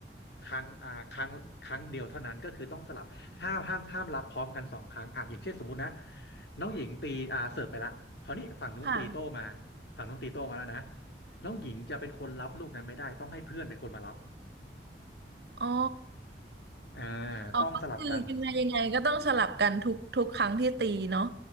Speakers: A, on the left; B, on the right.
A: ครั้งอ่าครั้งครั้งเดียวเท่านั้นก็คือต้องสลับห้ามห้ามห้ามรับพร้อมกันสองครั้งอ่ะอย่างเช่นสมมุตินะน้องหญิงตีอ่าเสิร์ฟไปละคราวนี้ฝั่งนู้นตีโต้มา
B: ค่ะ
A: ฝั่งนู้นตีโต้มาแล้วนะน้องหญิงจะเป็นคนรับลูกนั้นไม่ได้ต้องให้เพื่อนเป็นคนมารับ
B: อ๋อ
A: อ่า
B: อ๋อก็คือยังไงยังไงก็ต้องสลับกันทุกทุกครั้งที่ตีเนาะ
A: ต้องสลับกัน